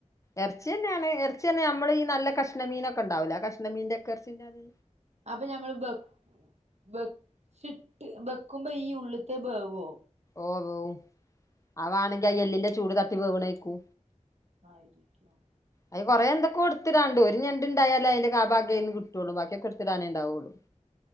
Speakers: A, on the left; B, on the right.
A: എർച്ചിന്നെണ് എർച്ചിയർണ ഞമ്മള് ഈ നല്ല കഷ് ണ്ണമീനക്കെണ്ടാവുലേ ആഹ് കഷ്ണമീൻൻ്റക്കെർച്യന്നേ അത്
B: അപ്പൊഞമ്മൾ ബെ ബെ ച്ചിട്ട് ബെക്കുമ്പയീ ഉള്ള്ത്തെബേവോ
A: ഓഹ് വേവും അവാണങ്കി അത് എല്ലിന്റെ ചൂട് തട്ടി വേവ്ണേക്കു
B: ആയിരിക്യും
A: അത് കൊറേ എന്തൊക്കെ ട്ത്തിടാണ്ട് ഒര്ഞണ്ട്ണ്ടായാലേ അയ്ന്റെ കാ ഭാഗേയ്ന്ന് കിട്ടൊള്ളു ബാക്കിയൊക്കെ എട്ത്തിടാനേണ്ടാവുള്ളൂ